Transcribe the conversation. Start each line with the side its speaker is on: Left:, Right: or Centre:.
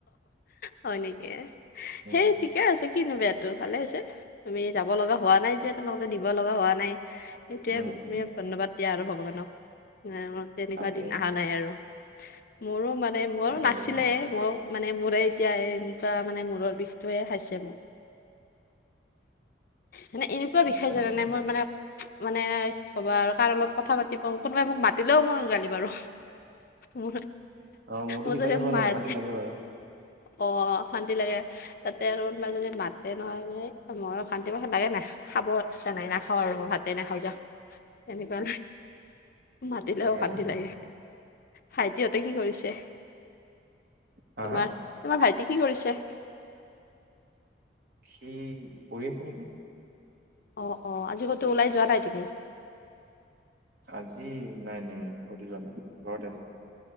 Left: হয় নিকে,
Right: উম
Left: সেইথিক কে আছে কিনো বেয়াতো ভালে হৈছে, তুমি যাব লগা হোৱা নাই যে তোমালকে দিব লগা হোৱা নাই এত্যিয়া
Right: উম
Left: উম-উম মিয়প ধন্যবাদ দিয়া আৰু ভগৱানক, নাই-আঙত তেনেকুৱা
Right: তাকে
Left: দিন আহা নাই আৰু মোৰো মানে মৌৰ
Right: তাকে
Left: নাছিলে
Right: তাকে
Left: মৌও মানে মোৰে এতিয়া এনেকুৱা মানে মূৰৰ বিষটোৱে খাইছে মোক মানে এনেকুৱা
Right: আচ্ছা
Left: বিষায় জানানে
Right: আচ্ছা
Left: মই মানে মানে কি কবা আৰু কাৰৰ লগত কথা পাতি বা কোনোবাই মোক মাতিলেও মই গালি পাৰু ম
Right: অ মোৰতো
Left: মজৰে
Right: বিষালে বাৰু
Left: মাৰ
Right: অলপ অশান্তি লাগে বাৰু
Left: অ অশান্তি লাগে তাতে আৰু কোনোবা যদি মাতে নহয় মানে মই ভানটিবা স লাগে নাখা খাব ইচ্ছা নাই নাখাওঁ আৰু মই ভাতে নাখাওঁ যা কেনেবা মাতিলে
Right: তাকে
Left: অশান্তি
Right: তাকে
Left: লাগে ভাইটিহঁতে কি কৰিছে
Right: হা
Left: তোমাৰ
Right: হা
Left: তোমাৰ ভাইটি কি কৰিছে
Right: সি পঢ়ি আছে নেকি?
Left: অ' অ' আজি ক'তো ওলাই যোৱা নাই তুমি?
Right: আজি নাই নাই ক'ত ও যোৱা নাই ঘৰতে আজি।